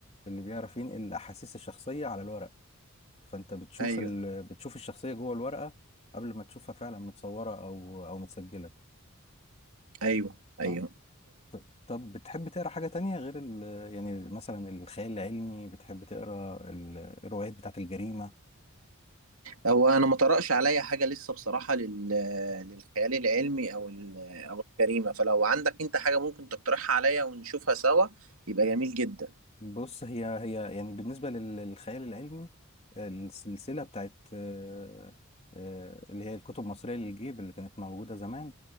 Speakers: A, on the left; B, on the right.
A: اللي بيعرف ينقل الاحاسيس الشخصيه على الورق فانت بتشوف
B: ايوه
A: ال... بتشوف الشخصيه جوه الورقه قبل ما تشوفها فعلا متصوره او او متسجله
B: ايوه ايوه
A: اه ط- طب بتحب تقرا حاجه تانية غير ال... يعني مثلا الخيال العلمي بتحب تقرا ال- الروايات بتاعت الجريمه
B: هو انا ما طرقش عليا حاجه لسه بصراحه لل... للخيال العلمي او ال... او الجريمه فلو عندك انت حاجه ممكن تقترحها عليا ونشوفها سوا يبقى جميل جدا
A: بص هي هي يعني بالنسبة لل- للخيال العلمي آه، السلسلة بتاعت آه، آه، اللي هي الكتب المصرية للجيب اللي كانت موجودة زمان